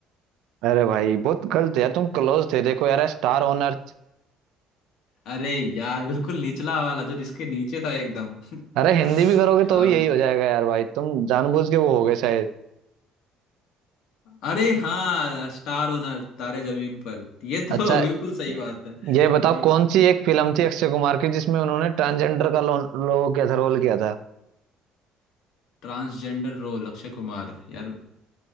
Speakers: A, on the right; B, on the left.
A: अरे भाई बहुत गलत है यार, तुम क्लोज थे देखो यार स्टार ऑन अर्थ
B: अरे यार बिल्कुल निचला वाला जो इसके नीचे था एकदम <laughs>
A: अरे हिंदी भी करोगे
B: क्या
A: तो भी यही हो जाएगा यार भाई तुम जानबूझ के वो हो गए शायद
B: अरे हाँ स्टार ओनर तारे जमीन पर ये
A: अच्छा
B: तो <laughs> बिल्कुल सही
A: ये
B: बात है
A: ये बताओ
B: ठीक
A: कौन सी एक फिल्म थी अक्षय कुमार की जिसमें उन्होंने ट्रांसजेंडर का लो, लो किया था रोल किया था
B: Transgender role Akshay Kumar यार